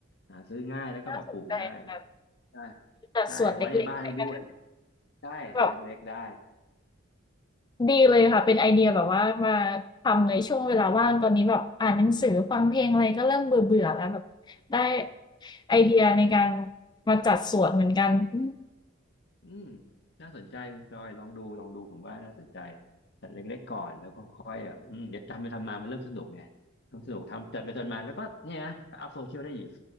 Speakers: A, on the left; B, on the left.
A: หาซื้อง่ายแล้วก็แบบปลูกง่าย
B: <laughs> ใจั
A: ใช่
B: แต่ส่วนเล็กๆในกระถาง
A: ใช่ไว้ในบ้านได้ด้วยใช่ถือเล็กๆได้
B: แบบ ดีเลยค่ะเป็นไอเดียแบบว่ามาทำในช่วงเวลาว่างตอนนี้แบบอ่านหนังสือฟังเพลงอะไรก็เริ่มเบื่อเบื่อแล้วแบบได้ไอเดียในการมาจัดสวนเหมือนกันอืม
A: อืมน่าสนใจคุณจอยลองดูลองดูผมว่าน่าสนใจจัดเล็กๆก่อนแล้วก็ค่อยแบบอืมเดี๋ยวทำไปทำมามันเริ่มสนุกไงเริ่มสนุกทำจัดไปจัดมาแล้วก็เนี่ยนะอัพโซเชียลได้อีก